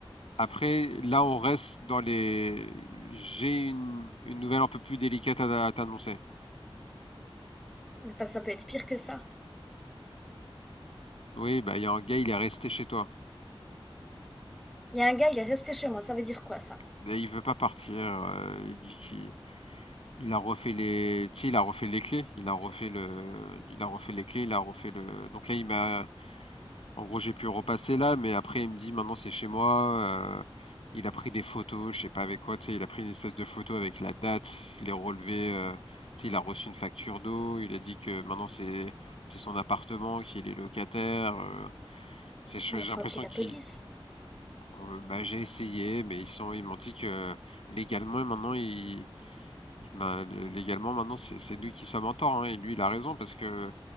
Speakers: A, on the left; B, in the centre.
A: Après, là, on reste dans les. J'ai une, une nouvelle un peu plus délicate à, à t'annoncer.
B: mais pas- ça peut être pire que ça.
A: Oui, bah, il y a un gars, il est resté chez toi.
B: Il y a un gars, il est resté chez moi. Ça veut dire quoi ça?
A: Mais il veut pas partir. euh, il dit qu'il il a refait les, tu sais, il a refait les clés. Il a refait le, il a refait les clés. Il a refait le. Donc là, il m'a, En gros, j'ai pu repasser là, mais après, il me dit maintenant c'est chez moi. euh, il a pris des photos, je sais pas avec quoi, tu sais, il a pris une espèce de photo avec la date, les relevés. euh, tu sais, il a reçu une facture d'eau. Il a dit que maintenant c'est c'est son appartement, qu'il est locataire. euh, c'est- j'ai
B: Non mais faut
A: l'impression
B: appeler la
A: qu'il
B: police.
A: euh, bah, j'ai essayé, mais ils sont, ils m'ont dit que légalement maintenant, il, il- bah, légalement maintenant, c'est c'est nous qui sommes en tort, hein, et lui il a raison parce que